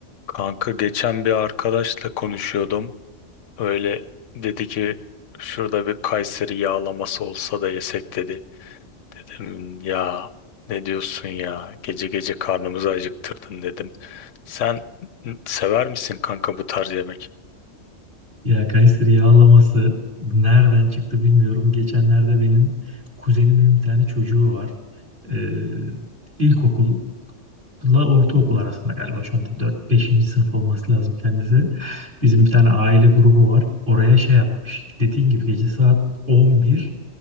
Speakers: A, on the left; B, on the right.
A: Kanka geçen bir arkadaşla konuşuyordum. Öyle dedi ki şurada bir Kayseri yağlaması olsa da yesek dedi. Dedim ya ne diyorsun ya gece gece karnımızı acıktırdın dedim. Sen n- sever misin kanka bu tarz yemek?
B: Ya Kayseri yağlaması nereden çıktı bilmiyorum. Geçenlerde benim kuzenimin bir tane çocuğu var. Ee, ilkokulla ortaokul arasında galiba şu anda 4-5. sınıf olması lazım kendisi. Bizim bir tane aile grubu var. Oraya şey atmış. Dediğin gibi gece saat 11